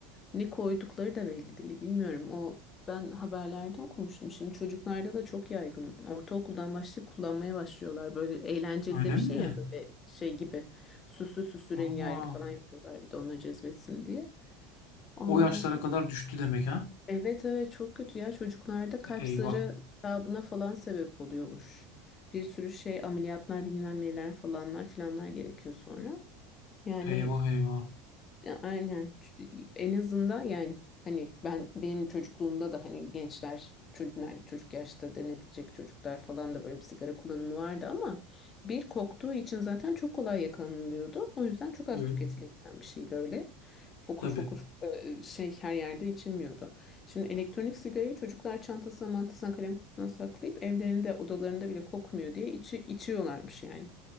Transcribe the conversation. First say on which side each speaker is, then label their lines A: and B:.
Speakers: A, on the left (about 30°); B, on the left (about 65°).
A: ne koydukları da belli değil. Bilmiyorum o ben haberlerde okumuştum. Şimdi çocuklarda da çok yaygın. Ortaokuldan başlayıp kullanmaya başlıyorlar. Böyle eğlenceli
B: Öyle
A: de bir
B: mi?
A: şey ya böyle şey gibi süslü süslü rengarenk
B: Aa,
A: falan yapıyorlar bir de onları cezbetsin diye. Ondan
B: o yaşlara
A: sonra
B: kadar düştü demek ha?
A: Evet evet çok kötü ya çocuklarda kalp
B: Eyvah.
A: zarı iltihabına falan sebep oluyormuş. Bir sürü şey ameliyatlar bilmem neler falanlar filanlar gerekiyor sonra. Yani
B: Eyvah eyvah.
A: ya, Aynen. Çünkü En azından yani hani ben benim çocukluğumda da hani gençler çocuklar çocuk yaşta denebilecek çocuklar falan da böyle bir sigara kullanımı vardı ama bir koktuğu için zaten çok kolay yakalanılıyordu. O yüzden çok az
B: Evet.
A: tüketilebilen bir şeydi öyle. Fokur
B: Tabii.
A: fokur e, şey her yerde içilmiyordu. Şimdi elektronik sigarayı çocuklar çantasına mantasına kalem kutusuna saklayıp evlerinde odalarında bile kokmuyor diye içi, içiyorlarmış yani.